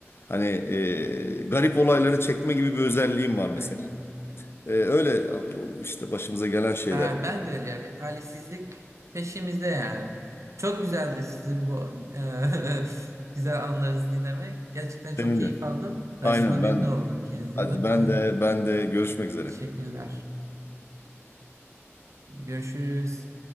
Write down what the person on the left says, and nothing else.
Hani e, garip olayları çekme gibi bir özelliğim var mesela.
E, öyle işte başımıza gelen şeyler.
Senin
de.
Aynen
ben de.
Hadi
ben de ben de görüşmek üzere.